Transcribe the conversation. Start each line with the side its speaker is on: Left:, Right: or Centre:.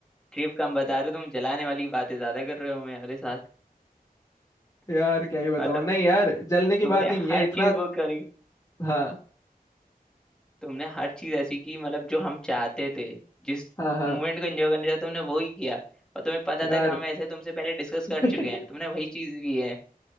Centre: ट्रिप कम बता रहे हो तुम जलाने वाली बातें ज्यादा कर रहे हो हमारे साथ <laughs>
Left: यार क्या ही बताऊं
Centre: मतलब
Left: नहीं यार जलने की
Centre: तुमने
Left: बात ही नहीं
Centre: हर
Left: है इतना
Centre: चीज वो करी
Left: हाँ
Centre: तुमने हर चीज ऐसी की मतलब जो हम चाहते थे जिस
Left: हाँ हाँ
Centre: मूवमेंट को एंजॉय करना चाहते तुमने वो ही किया और तुम्हें पता
Left: यार
Centre: था कि हम ऐसे तुमसे पहले डिस्कस
Left: <laughs>
Centre: कर चुके हैं तुमने वही चीज की है